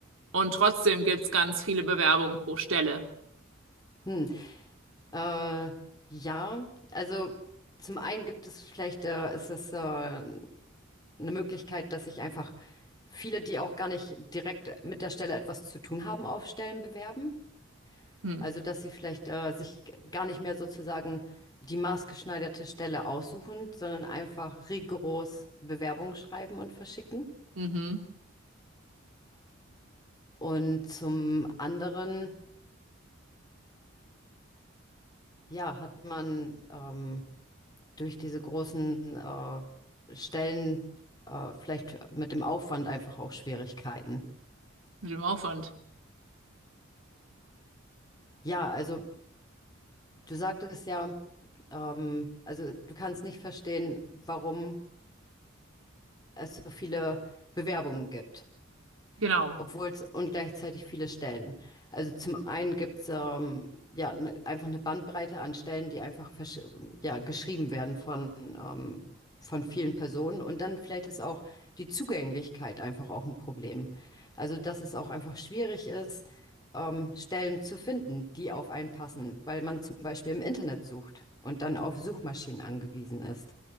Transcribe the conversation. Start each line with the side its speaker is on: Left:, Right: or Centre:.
Right: und trotzdem gibt es ganz viele Bewerbungen pro Stelle?
Left: Hm. Äh, ja, also zum einen gibt es vielleicht, äh, ist das äh, eine Möglichkeit, dass sich einfach viele, die auch gar nicht direkt mit der Stelle etwas zu tun haben, auf Stellen bewerben.
Right: Hm.
Left: Also dass sie vielleicht äh, sich gar nicht mehr sozusagen die maßgeschneiderte Stelle aussuchen, sondern einfach rigoros Bewerbungen schreiben und verschicken.
Right: Mhm.
Left: Und zum anderen, ja, hat man ähm, durch diese großen äh, Stellen äh, vielleicht mit dem Aufwand einfach auch Schwierigkeiten.
Right: Mit dem Aufwand.
Left: Ja, also Du sagtest ja, ähm, also du kannst nicht verstehen, warum es so viele Bewerbungen gibt
Right: Genau.
Left: obwohl es und gleichzeitig viele Stellen. Also zum einen gibt es ähm, ja ne, einfach eine Bandbreite an Stellen, die einfach versch- ja, geschrieben werden von, ähm, von vielen Personen. Und dann vielleicht ist auch die Zugänglichkeit einfach auch ein Problem. Also dass es auch einfach schwierig ist, ähm, Stellen zu finden, die auf einen passen, weil man zum Beispiel im Internet sucht und dann auf Suchmaschinen angewiesen ist.